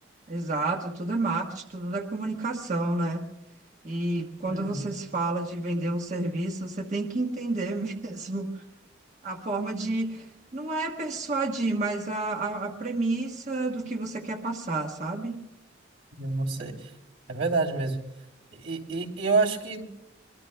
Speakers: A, on the right (about 40°); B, on the right (about 80°).
A: exato, tudo é marketing, tudo é comunicação, né? E quando
B: Uhum,
A: você se fala de vender um serviço, você tem que entender <laughs> mesmo A forma de, não é persuadir, mas a, a, a premissa do que você quer passar, sabe?
B: eu não sei. É verdade mesmo. E, e, e eu acho que